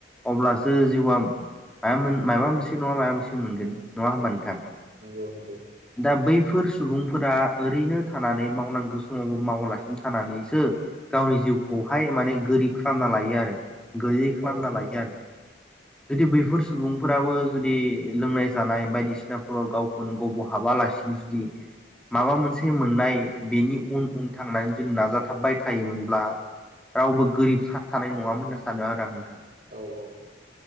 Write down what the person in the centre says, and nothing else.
अब्लासो जिउआ म मोन माबा मोनसे नङा माबा मोनसे मोनगोन नङा होमबा नोंथां।
दा बैफोर सुबुंफोरा ओरैनो थानानै मावनांगौ समावबो मावालासिनो थानानैसो गावनि जिउखौहाय माने गोरिब खालामना लायो आरो गयै खालामना
लायो आरो। जुदि बैफोर सुबुंफोराबो जुदि लोंनाय जानाय बायदिसिनाफोराव गाव खुनु गबहाबालासिनो जुदि माबा मोनसे मोननाय बेनि उन उन थांनानै जुदि नाजाथाबबाय थायोमोनब्ला। रावबो गोरिब थानाय नङामोन होनना सानो आरो आं नोंथां।